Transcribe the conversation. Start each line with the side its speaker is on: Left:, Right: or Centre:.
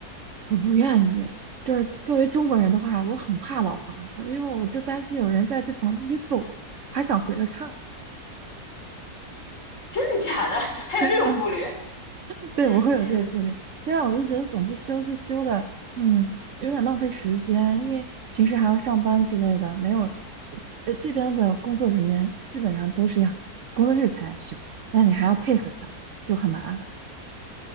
Right: 我不愿意。就是作为中国人的话，我很怕老房子，因为我就担心有人在这房子里走，还想回来看。
Left: 真的假的？<laughs> 还有这种顾虑？
Right: 真的，<laughs> 对，
Left: 嗯嗯。
Right: 我会有这个顾虑。另外，我就觉得总是修是修的，嗯，有点浪费时间，因为平时还要上班之类的，没有，呃，这边的工作人员基本上都是要工作日才来修，那你还要配合他，就很麻烦。